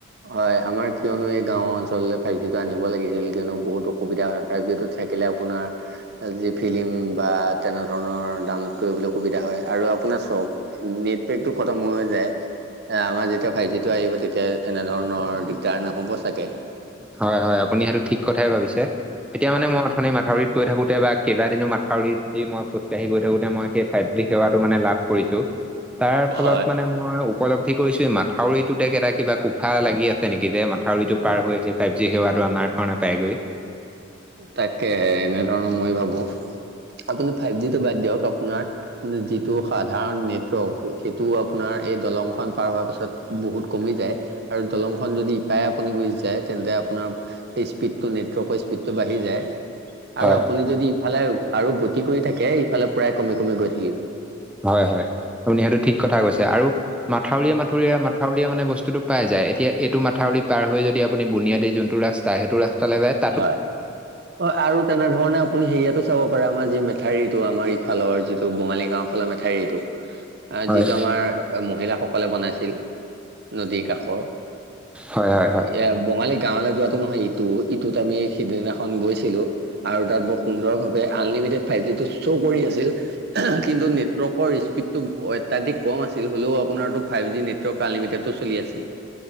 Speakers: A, on the right; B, in the centre.
A: হয়', আমাৰ কিয়নো এই গাঁওৰ অঞ্চললে ফাইভ জি টো আনিব লাগে হেৰি কিয়নো বহুত অসুবিধা হয়, ফাইভ জি টো থাক কিলে আপোনাৰ - ফাইভ জি ফিল্ম বা তেনে ধৰণৰ ডাউনলোড কৰিবলে সুবিধা হয় আৰু আপোনাৰ চ নেট পেক টো খতম হৈ হৈ যায়, আমাৰ যেতিয়া ফাইভ জি টো আহিব তেতিয়া - তেনেধৰণৰ দিগদাৰ নহ'ব চাগে!
B: হয় হয়, আপুনি সেইটো ঠিক কথাই ভাবিছে। তেতিয়া মানে মই অথনি মাথাউৰিত গৈ থাকোতে বা কেইবাদিনো মাউৰিত যি মই খোজকাঢ়ি গৈ থাকোতে মই সেই - ফাইভ জি সেৱাটো মানে লাভ কৰিছোঁ। তাৰফলত
A: হয়
B: মানে মই উপলব্ধি কৰিছোঁ এই মাথাউৰিটোতে কেইটা কিবা কোফা লাগি আছে নেকি যে মা থাউৰিটো পাৰ হৈ সেই ফাইভ জি সেৱাটো আমাৰ ঘৰ নাপাইগৈ।
A: তাকে এনে ধৰণৰ মই ভাবোঁ। আপুনি ফাইভ জিটো বাদ দিয়ক, আপ পোনাৰ যিটো সাধাৰণ নেটৱৰ্ক সেইটো আপোনাৰ এই দলংখন পাৰ হোৱাৰ পাছত - বহুত কমি যায়, আৰু দলং খন যদি - প্ৰায় আপুনি গুচি যায় তেন্তে আপোনাৰ স্পীডটো নেটৱৰ্কৰ স্পীডটো বাঢ়ি যায়।
B: হয়
A: আৰু আপুনি যদি ইফালে আৰু গতি কৰি থাকে ইফালে প্ৰায় কমি কমি গৈ থাকিব।
B: হয় হয়, আপুনি সেইটো ঠিক কথা কৈছে। আৰু মাথাউৰিয়ে মাথুউৰিয়ে মা থাউৰিয়ে মানে বস্তুটো পাই যায়। এতিয়া এইটো মাথাউৰি পাৰ হৈ যদি আপুনি বুনিয়াদী যোনটো ৰাস্তা সেইটো ৰাস্তালে যায় -
A: হয়', অ আৰু - তেনেধৰণে আপুনি হেৰি ইয়াতো চাব পাৰে আমাৰ যি মেথাউৰিটো আমাৰ ইফালৰ যিটো বঙালী গাঁওৰ ফালৰ মেথাউৰিটো - এহ
B: হয়
A: যিটো আমাৰ মহিলাসকলে বনাইছিল, নদীৰ কাষৰ -
B: হয় হয় হয়
A: এইয়া বঙালী গাঁৱলে যোৱা টো নহয় ইটো, ইটোত আমি সিদিনাখন গৈছিলোঁ আৰু তাত বৰ সুন্দৰভাৱে আনলিমিটেড - ফাইভ জি টো শ্ব' কৰি আছিল, কিন্তু নেট ৱৰ্কৰ স্পীডটো অত্যাধিক কম আছিল হ'লেও আপোনাৰতো ফাইভ জি নেটৱৰ্ক আনলিমিটেডটো চলি আছিল।